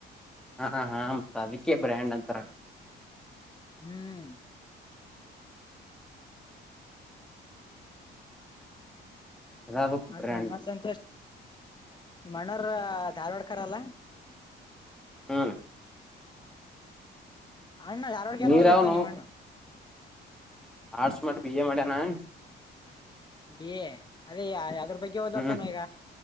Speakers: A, in the centre; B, on the left.
A: ಹಾ ಹಾ ಮತ್ತೆ ಅದಕ್ಕೆೇ ಬ್ರ್ಯಾಂಡ್ ಅಂತರ್,
B: ಹ್ಮ್
A: ಅದಕ್
B: ಮತ್ತ
A: ಬ್ರ್ಯಾಂಡ್
B: ಮತ್ತ ಸಂತೋಷ, ನಿಮ್ಮ ಅಣ್ಣರ ಧಾರವಾಡಕರಲ್ಲಾ,
A: ಹ್ಮ್
B: ಅಣ್ಣ ಧಾರವಾಡಕ
A: ನೀರಾವ್
B: ಏನ ಓದ್ಲಕತ್ತಾನ
A: ನಾವು
B: ನಿಮ್ಮ ಅಣ್ಣ,
A: ಆರ್ಟ್ಸ್ ಮಾಡಿ ಬಿ ಎ ಮಾಡ್ಯಾನ,
B: ಬಿ ಎ ಅದೇ ಯದ್ರ ಬಗ್ಗೆ ಓದ್ಲ
A: ಹ್ಮ್
B: ಕತ್ತನ್ ಈಗ